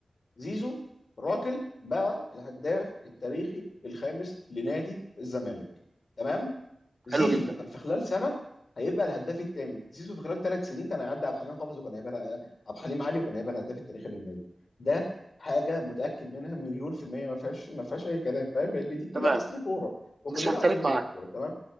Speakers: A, on the left (about 65°); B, on the right (about 40°).
A: زيزو راجل بقى الهداف التاريخي الخامس لنادي الزمالك تمام زيزو
B: حلو جدا
A: كان في خلال سنه هيبقى الهداف الثاني زيزو في خلال ثلاث سنين كان هيعدي عبد الحليم حافظ وكان هيبقى عبد الحليم علي وكان هيبقى الهداف التاريخي للنادي ده حاجه متاكد منها مليون في الميه ما فيهاش ما فيهاش اي كلام فاهم لان دي كده
B: تمام
A: اصل كوره وكلنا
B: مش هختلف
A: عارفين اللي
B: معاك
A: في الكوره تمام